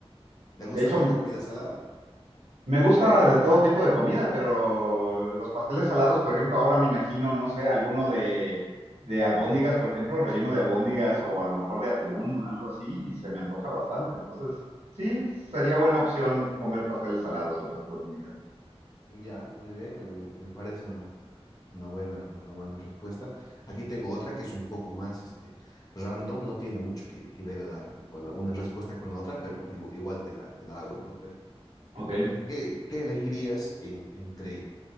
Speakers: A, on the left; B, on the right.
A: ¿Te gusta
B: De hecho,
A: más la comida salada?
B: Me gusta de todo tipo de comida, pero los pasteles salados, por ejemplo, ahora me imagino, no sé, alguno de, de albóndigas, por ejemplo, relleno de albóndigas o a lo mejor de atún, algo así, y se me antoja bastante. Entonces, sí, sería buena opción comer pasteles salados el resto de mi vida.
A: Ya, muy bien, me, me- me parece una, una buena, una buena respuesta. Aquí tengo otra que es un poco más este, random, no tiene mucho que, que ver la- con la- una respuesta con la otra, pero igu- igual te la, te la hago, ¿no?
B: Ok.
A: ¿Qué, qué elegirías en- entre